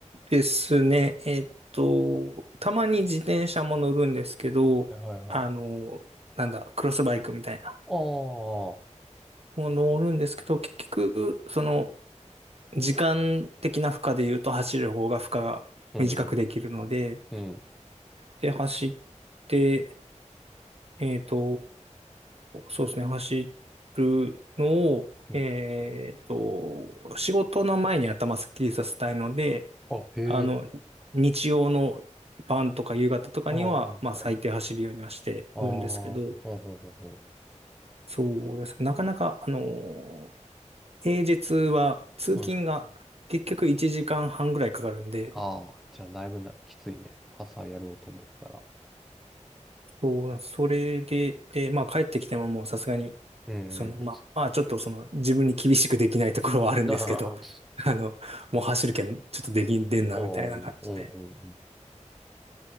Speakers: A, on the right; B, in the centre.
A: うですね。えっと、たまに自転車も乗るんですけど、
B: はいはいはい。
A: あの、なんだ、クロスバイクみたいな。
B: ああ、
A: もう乗るんですけど、結局、その、時間的な負荷で言うと走る方が負荷が短くできるので、
B: うんうん、うん、
A: で、走って、えっと、そうですね、走るのを、
B: うん。
A: えっと、仕事の前に頭すっきりさせたいので、
B: あ、へえ、
A: あの、日曜の晩とか夕方とかには、
B: ああ、はい。
A: まあ最低走るようにはしてるんですけど、
B: ああ、うん、うん、うん、うん。
A: そうですね。なかなか、あの、平日は通勤が結局1時間半ぐらいかかるんで、
B: うんああ、じゃあだいぶな、きついね。朝やろうと思ったら。
A: そうなんです、それで、で、まあ帰ってきてももうさすがに、
B: うん、
A: その、
B: うん
A: まあ、まあちょっとその自分に厳しくできないところはあるんですけど、
B: <laughs> ああ、
A: <laughs> あの、もう走るけん、ちょっとできんでんなみたいな感じで。
B: おーうんうんうん。